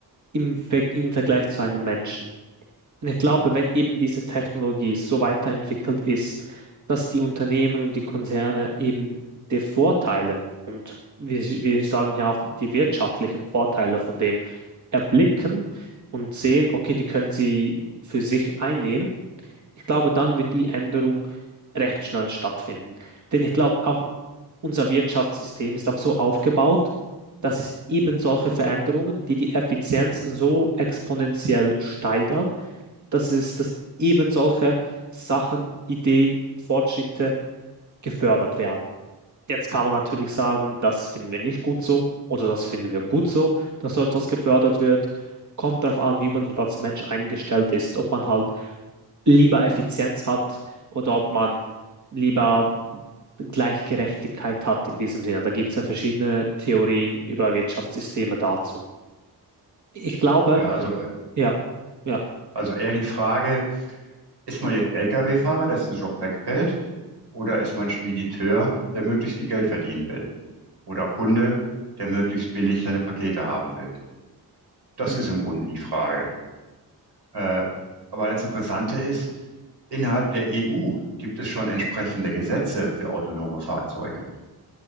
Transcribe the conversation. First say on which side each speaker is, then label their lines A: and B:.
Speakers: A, on the right; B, on the right.
A: im, Ver im Vergleich zu einem Menschen. Und Ich glaube, wenn eben diese Technologie so weiterentwickelt ist, dass die Unternehmen und die Konzerne eben die Vorteile und wir, wir sagen ja auch die wirtschaftlichen Vorteile von dem erblicken und sehen, okay, die können sie für sich einnehmen. Ich glaube, dann wird die Änderung recht schnell stattfinden. Denn ich glaube, auch unser Wirtschaftssystem ist auch so aufgebaut, dass es eben solche Veränderungen, die die Effizienz so exponentiell steigern, dass es, dass eben solche Sachen, Ideen, Fortschritte gefördert werden. Jetzt kann man natürlich sagen, das finden wir nicht gut so oder das finden wir gut so, dass so etwas gefördert wird. Kommt darauf an, wie man halt als Mensch eingestellt ist, ob man halt lieber Effizienz hat oder ob man lieber Gleichgerechtigkeit hat in diesem Sinne. Da gibt es ja verschiedene Theorien über Wirtschaftssysteme dazu. Ich glaube,
B: Ja, also, äh,
A: ja, ja,
B: also eher die Frage, ist man jetzt Lkw-Fahrer, dessen Job wegfällt, oder ist man Spediteur, der möglichst viel Geld verdienen will? Oder Kunde, der möglichst billig seine Pakete haben will? Das
A: mm,
B: ist im Grunde die Frage. Äh, aber das Interessante ist, innerhalb der EU gibt es schon entsprechende Gesetze für autonome Fahrzeuge.